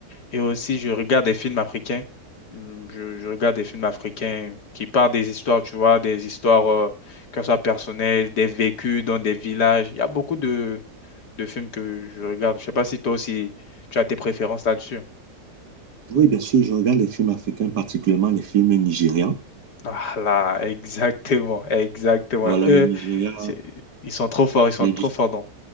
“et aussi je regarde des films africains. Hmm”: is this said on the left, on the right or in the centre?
Left